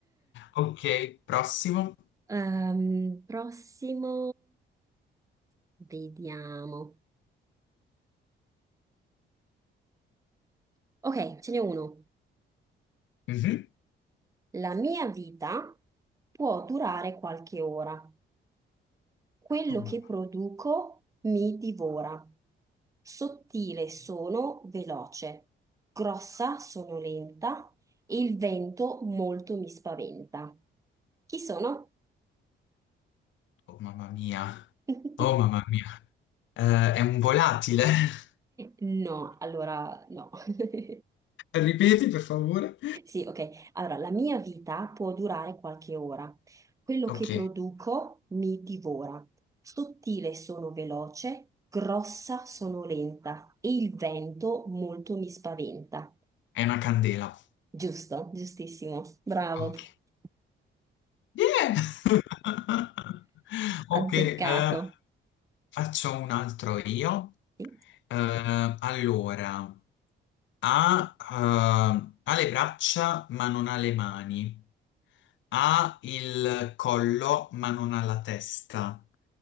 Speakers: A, on the left; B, on the right.
A: Ok, prossimo.
B: Ehm, prossimo, vediamo. Ok, ce n'è uno.
A: Mhm.
B: La mia vita può durare qualche ora. Quello
A: Oh mamma,
B: che produco mi divora. Sottile sono veloce, grossa sono lenta e il vento molto mi spaventa. Chi sono?
A: oh mamma mia.
B: <laughs>
A: Oh mamma mia. Eh, è un volatile. <laughs>
B: No, allora no. <laughs>
A: Ripeti, per favore.
B: Sì, ok. Allora, la mia vita può durare qualche ora. Quello
A: Ok,
B: che produco mi divora. Sottile sono veloce, grossa sono lenta e il vento molto mi spaventa.
A: è una candela.
B: Giusto, giustissimo, bravo,
A: Ok.
B: <laughs>
A: Yeah! <laughs> Ok,
B: azzeccato.
A: eh, faccio un altro io.
B: Sì,
A: Eh, allora, ha, eh, ha le braccia ma non ha le mani. Ha il collo ma non ha la testa.